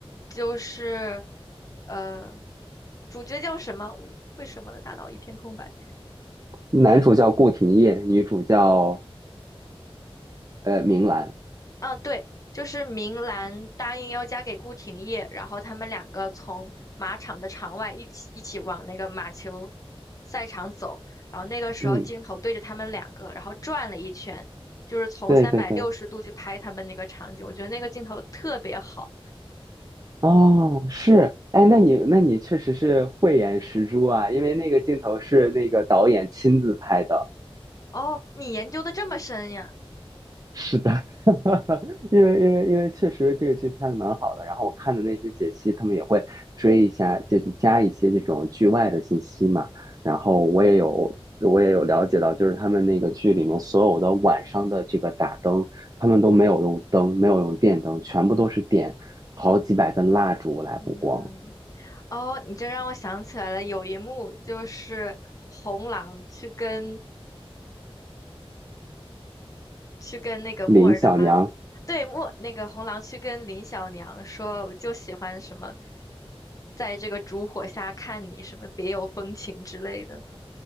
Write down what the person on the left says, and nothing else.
就是呃，主角叫什么？为什么我的大脑一片空白？
嗯，啊对，就是明兰答应要嫁给顾廷烨，然后他们两个从马场的场外一起一起往那个马球赛场走，然后那个时候镜头对着他们两个，
然后转了一圈，就是从三百六十度去拍他们那个场景，
我觉得那个镜头特别好。
哦，你研究的这么深呀？
嗯，哦，你这让我想起来了，有一幕就是红狼去跟去跟那个木儿的妈妈，
对，木，那个红狼去跟林小娘说，我就喜欢什么，在这个烛火下看你，什么别有风情之类的。